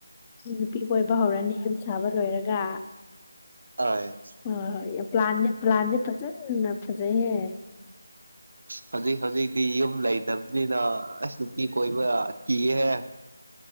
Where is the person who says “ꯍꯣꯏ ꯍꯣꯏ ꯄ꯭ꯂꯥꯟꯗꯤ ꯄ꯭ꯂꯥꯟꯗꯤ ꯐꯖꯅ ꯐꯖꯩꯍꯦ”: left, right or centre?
Left